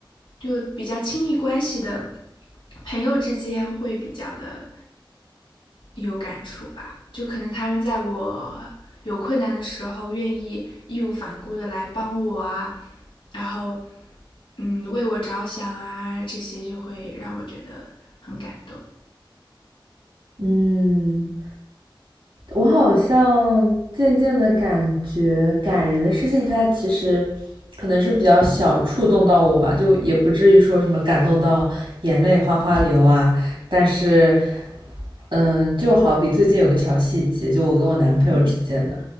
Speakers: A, on the left; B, on the right.
A: 就比较亲密关系的朋友之间会比较的有感触吧。就可能他们在我有困难的时候，愿意义无反顾的来帮我啊，然后嗯为我着想啊，这些就会让我觉得很感动。
B: 嗯。我好像渐渐的感觉，感人的事情，它其实可能是比较小触动到我吧，就也不至于说什么感动到眼泪哗哗流啊。但是，嗯，就好比最近有个小细节，就我跟我男朋友之间的，
A: 嗯